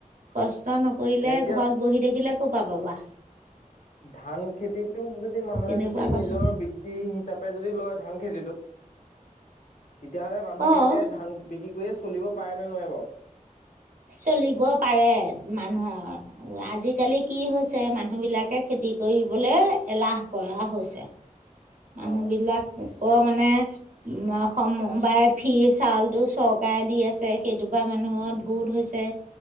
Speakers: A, on the right; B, on the left.
A: কষ্ট নকৰিলে
B: তাকে এতিয়া
A: ঘৰত বহি থাকিলে কৌপা পাবা।
B: ধান খেতিতোক যদি মানুহে
A: তেনেকুৱা
B: যদি
A: কথা
B: নিজৰ বৃত্তি হিচাপে তাপ যদি লয় ধান খেতিটোক তেতিয়াহ'লে মানুহ
A: অঁ
B: এনেকে ধান বিক্ৰী কৈয়ে চলিব পাৰে নে নোৱাই নে বাৰু
A: চলিব পাৰে মানুহৰ আজিকালি কি হৈছে মানুহ বিলাকে খেতি কৰিবলৈ এলাহ কৰা হৈছে মানুহ
B: অ
A: বিলাক আকৌ মানে উ সমবাৰে ফি চাউলটো চৰকাৰে দি আছে সেইটোৰ পৰা মানুহৰ ধো ধ হৈছে